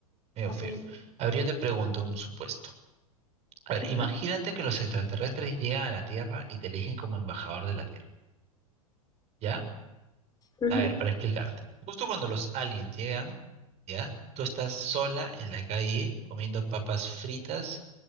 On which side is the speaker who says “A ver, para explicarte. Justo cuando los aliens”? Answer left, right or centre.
Right